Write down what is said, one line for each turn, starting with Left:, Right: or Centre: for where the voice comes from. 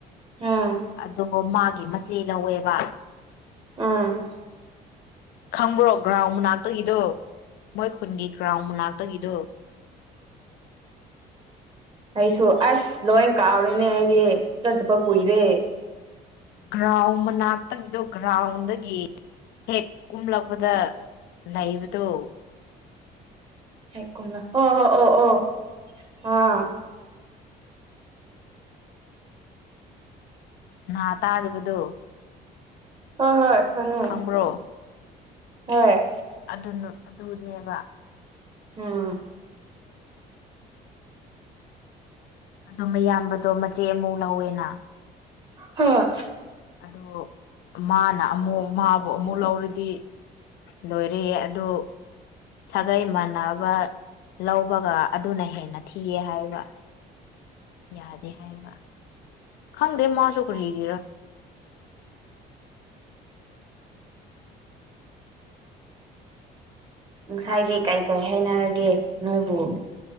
Right: ꯑꯥ
Left: ꯑꯗꯣ ꯃꯥꯒꯤ ꯃꯆꯦ ꯂꯧꯋꯦꯕ
Right: ꯑꯝ
Left: ꯈꯪꯕ꯭ꯔꯣ ꯒ꯭ꯔꯥꯎꯟ ꯃꯅꯥꯛꯇꯒꯤꯗꯨ ꯃꯣꯏ ꯈꯨꯟꯒꯤ ꯒ꯭ꯔꯥꯎꯟ ꯃꯅꯥꯛꯇꯒꯤꯗꯨ
Right: ꯑꯩꯁꯨ ꯑꯁ ꯂꯣꯏ ꯀꯥꯎꯔꯦꯅꯦ ꯑꯩꯗꯤ ꯆꯠꯇꯕ ꯀꯨꯏꯔꯦ
Left: ꯒ꯭ꯔꯥꯎꯟ ꯃꯅꯥꯛꯇꯒꯤꯗꯣ ꯒ꯭ꯔꯥꯎꯟꯗꯒꯤ ꯍꯦꯛ ꯀꯨꯝꯂꯛꯄꯗ ꯂꯩꯩꯕꯗꯣ
Right: ꯍꯦꯛ ꯀꯨꯝꯂꯛ ꯑꯣ ꯍꯣ ꯑꯣ ꯑꯣ ꯑꯥ
Left: ꯅꯥ ꯇꯥꯗꯕꯗꯣ
Right: ꯍꯣꯏ ꯍꯣꯏ ꯈꯪꯉꯦ
Left: ꯈꯪꯕ꯭ꯔꯣ
Right: ꯍꯣꯏ
Left: ꯑꯗꯨꯅ ꯑꯗꯨꯅꯦꯕ
Right: ꯑꯝ
Left: ꯑꯗꯨ ꯃꯌꯥꯝꯕꯗꯣ ꯃꯆꯦ ꯑꯃꯨꯛ ꯂꯧꯋꯦꯅ
Right: ꯍꯣꯏ
Left: ꯑꯗꯨ ꯃꯥꯅ ꯑꯃꯨꯛ ꯃꯥꯕꯨ ꯑꯃꯨꯛ ꯂꯧꯔꯗꯤ ꯂꯣꯏꯔꯦ ꯑꯗꯨ ꯁꯥꯒꯩ ꯃꯥꯟꯅꯕ ꯂꯧꯕꯒ ꯑꯗꯨꯅ ꯍꯦꯟꯅ ꯊꯤꯌꯦ ꯍꯥꯏꯕ ꯌꯥꯗꯦ ꯍꯥꯏꯕ ꯈꯪꯗꯦ ꯃꯥꯁꯨ ꯀꯔꯤꯒꯤꯔ
Right: ꯉꯁꯥꯏꯗꯤ ꯀꯩ ꯀꯩ ꯍꯥꯏꯅꯔꯒꯦ ꯅꯣꯏꯕꯨ